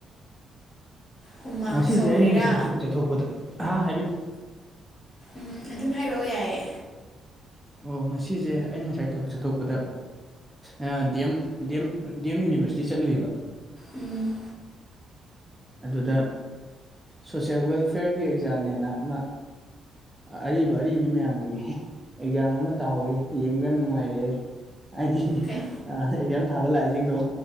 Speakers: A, on the left; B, in the centre.
A: ꯍꯨꯃꯥꯡ
B: ꯉꯁꯤꯖ‌ꯦ
A: ꯁꯧꯔꯤꯔꯥ
B: ꯑꯩꯅ ꯉꯁꯥꯏ ꯊꯕꯛ ꯆꯠꯊꯣꯛꯄꯗ ꯑꯍ ꯍꯥꯏꯕꯤꯔ‌ꯣ
A: ꯎꯝ ꯑꯗꯨꯝ ꯍꯥꯏꯔꯛꯑꯣ ꯌꯥꯏꯌꯦ
B: ꯑꯣ ꯉꯁꯤꯖ‌ꯦ ꯑꯩꯅ ꯉꯁꯥꯏ ꯊꯕꯛ ꯆꯠꯊꯣꯛꯄꯗ ꯑ ꯗꯤꯑꯦꯝ ꯗꯦꯝ ꯗꯤꯑꯦꯝ ꯌꯨꯅꯤꯚ꯭ꯔꯁꯤꯇꯤ ꯆꯠꯂꯨꯏꯕ
A: ꯎꯝ
B: ꯑꯗꯨꯗ ꯁꯣꯁꯦꯜ ꯋꯦꯜꯐꯤꯌ꯭ꯔꯒꯤ ꯑꯦꯛꯖꯥꯝꯅꯦꯅ ꯑꯃ ꯑꯔꯤꯕ ꯑꯔꯤꯕꯤ ꯃꯌꯥꯝꯒꯤ ꯑꯦꯛꯖꯥꯝ ꯑꯃ ꯇꯥꯍꯧꯋꯤ ꯌꯦꯡꯕ ꯌꯥꯝ ꯅꯨꯡꯉꯥꯏꯔꯛꯑꯦ ꯑꯥꯏꯗꯤ
A: ꯀꯩ
B: ꯑ ꯑꯦꯛꯖꯥꯝ ꯊꯥꯕ ꯂꯥꯛꯏꯖꯤꯡꯗꯣ